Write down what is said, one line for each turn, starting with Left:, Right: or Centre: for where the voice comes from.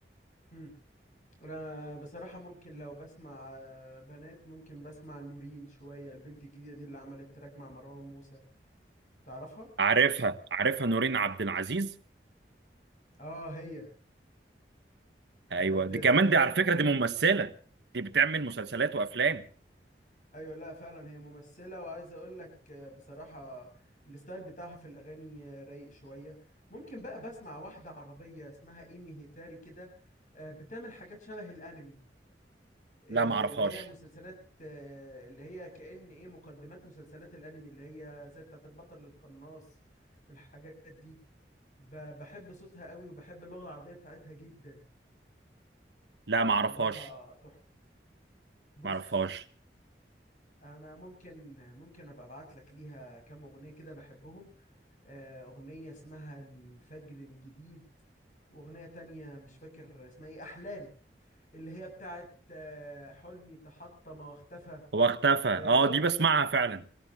Left: امم أنا بصراحة ممكن لو بسمع آه، بنات ممكن بسمع نورين شوية البنت الجديدة دي اللي عملت تراك مع مروان موسى تعرفها؟
Right: عارفها عارفها نورين عبد العزيز
Left: آه هي
Right: ايوه
Left: بجد
Right: دي
Left: آه،
Right: كمان دي على فكره دي ممثله دي بتعمل مسلسلات وافلام
Left: ايوه لا فعلا هي ممثله وعايز اقول لك آه، بصراحه الستايل بتاعها في الاغاني آه، رايق شويه ممكن بقى بسمع واحده عربيه اسمها ايمي هيتاري كده آه، بتعمل حاجات شبه الانمي آه،
Right: لا ما اعرفهاش
Left: اللي هي مسلسلات آه، اللي هي كأن ايه مقدمات مسلسلات الانمي اللي هي زي بتاعت البطل القناص والحاجات دي ب- بحب صوتها قوي وبحب اللغه العربيه بتاعتها جدا
Right: لا ما
Left: بصراحه
Right: اعرفهاش
Left: تحفه بص
Right: ما اعرفهاش
Left: انا ممكن ممكن ابقى ابعت لك ليها كام اغنيه كده بحبهم آه، اغنيه اسمها الفجر الجديد واغنيه تانية مش فاكر اسمها ايه احلام اللي هي بتاعت آه، حلمي تحطم واختفى
Right: هو اختفى اه
Left: آه،
Right: دي بسمعها فعلا